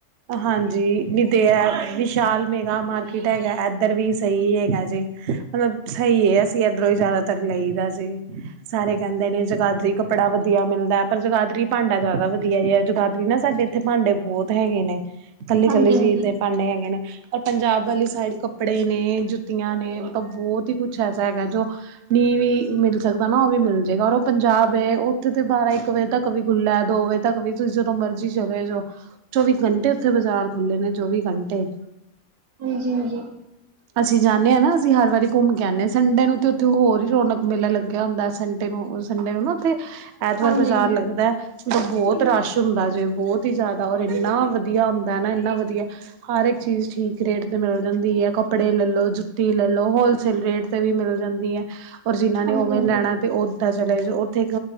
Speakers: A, on the right; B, on the right.
A: ਹਾਂਜੀ ਨਿ ਤੇ ਐ ਵਿਸ਼ਾਲ ਮੇਗਾ ਮਾਰਕੀਟ ਹੈਗਾ ਇਏਧਰ ਵੀ ਸਹੀ ਹੈਗਾ ਜੇ। ਮਤਲਬ ਸਹੀ ਹੈ ਅਸੀਂ ਇੱਧਰੋਂ ਹੀ ਜ਼ਿਆਦਾਤਰ ਲਈ ਦਾ ਐਸੀ ਸਾਰੇ ਕਹਿੰਦੇ ਨੇ ਜਗਾਦਰੀ ਕੱਪੜਾ ਵਧੀਆ ਮਿਲਦਾ ਹੈ, ਪਰ ਜਗਾਦਰੀ ਭਾਂਡਾ ਜ਼ਿਆਦਾ ਵਧੀਆ ਜ ਹੈ ਜੁਗਾਦਰੀ ਨਾ ਸਾਡੇ ਇੱਥੇ ਭਾਂਡੇ ਬਹੁਤ ਹੈਗੇ ਨੇ ਕੱਲੀ-ਕੱਲੀ
B: ਹਾਂਜੀ
A: ਜੀ
B: ਹਾਂਜੀ ਹਾਂਜੀ
A: ਦੇ ਭਾਂਡੇ ਹੈਗੇ ਨੇ ਆ ਪੰਜਾਬ ਵਾਲੀ ਸਾਈਡ ਕੱਪੜੇ ਨੇ, ਜੁੱਤੀਆਂ ਨੇ, ਉਹ ਤਾਂ ਬਹੁਤ ਹੀ ਕੁਛ ਐਸਾ ਹੈਗਾ ਜੋ ਨੀ ਵੀ ਮਿਲ ਸਕਦਾ ਨਾ ਉਹ ਵੀ ਮਿਲ ਜਾਏਗਾ, ਔਰ ਉਹ ਪੰਜਾਬ ਹੈ ਉੱਥੇ ਤੇ ਬਾਰਾਂ, ਇੱਕ ਵਜੇ ਤੱਕ ਵੀ ਖੁੱਲ੍ਹਾ ਹੈ ਦੋ ਵਜੇ ਤੱਕ ਵੀ ਤੁਸੀਂ ਜਦੋਂ ਮਰਜ਼ੀ ਚਲੇ ਜੋ ਚੋਵੀ ਘੰਟੇ ਉੱਥੇ ਬਾਜ਼ਾਰ ਖੁੱਲ੍ਹੇ ਨੇ ਚੌਵੀ ਘੰਟੇ।
B: ਹਾਂਜੀ-ਹਾਂਜੀ
A: <inaudible> ਅਸੀਂ ਜਾਨੇ ਆ ਨਾ, ਅਸੀਂ ਹਰ ਵਾਰੀ ਘੁੰਮ ਕੇ ਆਨੇ ਆ ਸੰਡੇ ਨੂੰ ਤੇ ਉੱਥੇ ਹੋਰ ਹੀ ਰੌਣਕ ਮੇਲਾ ਲੱਗਿਆ ਹੁੰਦਾ ਸੰਡੇ ਨੂੰ ਉਸ ਸੰਡੇ ਨੂੰ ਨਾ ਉੱਥੇ ਐਤਵਾਰ
B: ਹਾਂਜੀ
A: ਬਾਜ਼ਾਰ
B: ਹਾਂਜੀ ਹਾਂਜੀ
A: ਲੱਗਦਾ ਉਦੋਂ ਬਹੁਤ ਰਸ਼ ਹੁੰਦਾ ਜੇ ਬਹੁਤ ਈ ਜ਼ਿਆਦਾ, ਔਰ ਇੰਨਾ ਵਧੀਆ ਹੁੰਦਾ ਐ ਨਾ ਐਨਾ ਵਧੀਆ ਹਰ ਇੱਕ ਚੀਜ਼ ਠੀਕ ਰੇਟ 'ਤੇ ਮਿਲ ਜਾਂਦੀ ਹੈ ਕੱਪੜੇ ਲੈ ਲਓ ਜੁੱਤੀ ਲੈ ਲਓ ਹੋਲਸੇਲ ਰੇਟ ਤੇ ਵੀ ਮਿਲ ਜਾਂਦੀ ਹੈ ਔਰ ਜਿਨਾਂ ਨੇ
B: ਹਾਂਜੀ
A: ਓਵਰ ਲੈਣਾ ਤੇ ਉਹ ਤਾਂ ਚਲੋ ਦੋ ਉੱਥੇ ਇੱਕ